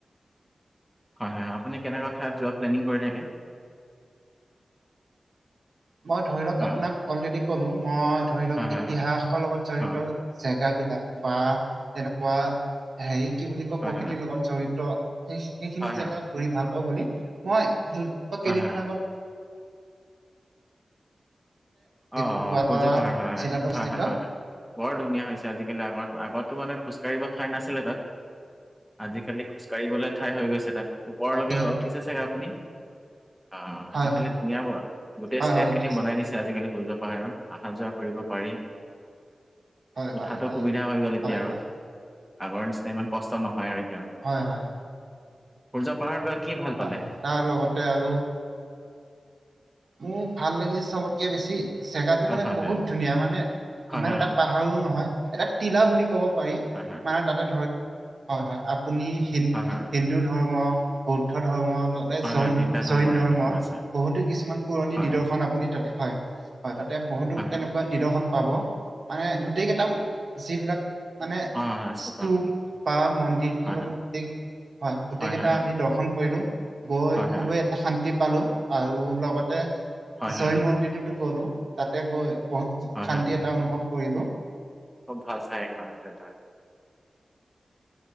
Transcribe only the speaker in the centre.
হয়- হয় আপুনি কেনেকা যোৱা প্লেনিং কৰি থাকে?
হয়,
হয়, হয়,
হয়,
হয়,
হয়,
হয়, হয়,
হয়,
হয়,
হয়,
অ অ
সূৰ্য পাহাৰ হয়
হয় হয় হয় হয় বৰ ধুনীয়া হৈছে আজিকালি আগত। আগতো মানে খোজ ককাঢ়িব ঠাই নাছিলে তাত আজিকালি খোজকাাঢ়িবলৈ ঠাই হৈ গৈছে তাত। ওপৰলৈকে
উঠিছে চাগে আপুনি। অ
আজিকালি
ধুনীয়া ব গোটেই
ষ্টেপ
খিনি
বনাই দিছে আজিকালি। সূজ পাহাৰৰ অহা যোৱা কৰিব পাৰি
উঠাতো
সুবিধা হৈ গল এতিয়া
আৰু
আগৰ নিচিনা ইমান কষ্ট নহয় আৰু
উৰ্জা পাহাৰ। কি ভাল
পালে
অ হয়
হয়
হয়
হয়
হয়
হয় হয়
হয় হয়
হয়
হয় তিনিটা
ধৰ্মৰে
হয় কিবা আছে
হয়
হয়
হয়
হয় হয়
হয় হয় স্তূপা
হয়
হয়
হয় হয়
হয় হয়
হয় হয়
হয়
হয় হয়
হয়
হয়
খুব ভাল চাই এখন এটো এটা।